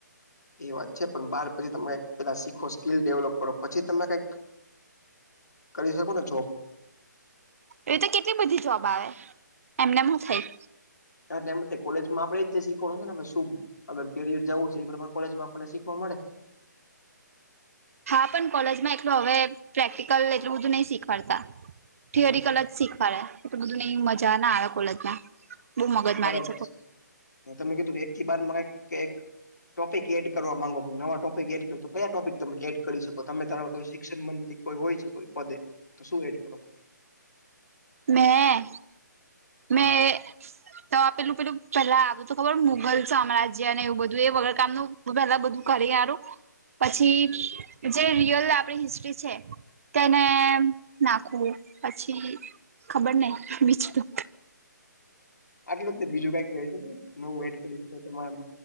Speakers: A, on the left; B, on the right.
A: એ વાત છે પણ બાર પછી તમે પેલા શીખો સ્કીલ ડેવલપ કરો પછી તમે કંઈક કરી શકોને જોબ.
B: એવી તો કેટલી બધી જોબ આવે એમનેમ હોવ થાઈ.
A: એમજ તો આપણે કોલેજમાં આપડે એજ શીખવાનું છે ને આપણે શું અગર કેરયર જવું છે એ પ્રમાણે કોલેજ માં આપણને શીખવા મળે.
B: હા પણ કોલેજમાં એટલું હવે પ્રેક્ટિકલ એટલું બધું નહી શીખવાડતા. થિયરી
A: હમ
B: અલજ શીખવાડે એટલું બધું મને મજા ના આવે કોલેજ માં. બહુ મગજ
A: એ બરાબર
B: મારી
A: છે. હું તમે કીધું કે એક થી બાર કે ટોપિક એડ કરવા માંગો નવા ટોપિક એડ કરો કયા ટોપિક તમે એડ કરી શકો તમે તો કોઈ શિક્ષણ બાબતે કોઈ હોય છે કોઈ પદે તો શું એડ કરો?
B: મેં, મે
A: હમ
B: તો પેલું પેલા આપ્યું તો ખબર મુઘલ સામ્રાજ્ય અને એવું બધું એ વગર કામનું હું પેલા બધું કરી, પછી જે રિયલ આપડી હિસ્ટ્રી છે તેને, નાખવું પછી ખબર નહીં બીજુ.
A: આટલું જ ને બીજું કઈ કહેય છે ને નવું એડ કરી શકાય તમારા